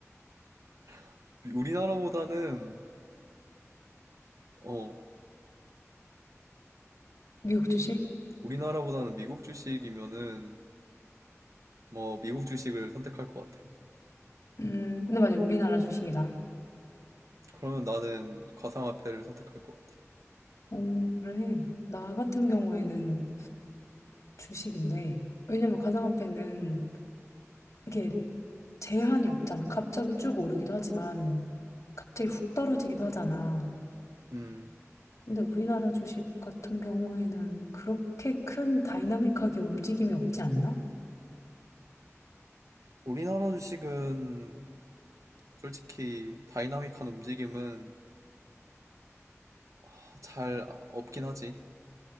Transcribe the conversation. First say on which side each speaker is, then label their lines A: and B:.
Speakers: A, on the right; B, on the left.
A: <laughs> 우리나라보다는, 어,
B: 미국 주식?
A: 우리나라보다는 미국 주식이면은, 뭐, 미국 주식을 선택할 것 같아.
B: 음, 근데 만약 우리나라 주식이다.
A: 그러면 나는 가상화폐를 선택할 것 같아.
B: 오, 그래. 나 같은 경우에는 주식인데, 왜냐면 가상화폐는 이게 제한이 없잖아. 갑자기 쭉 오르기도 하지만, 갑자기 훅 떨어지기도 하잖아.
A: 음,
B: 근데 우리나라 주식 같은 경우에는 그렇게 큰 다이나믹하게 움직임이 없지 않나?
A: 우리나라 주식은 솔직히 다이나믹한 움직임은 아, 잘 없긴 하지.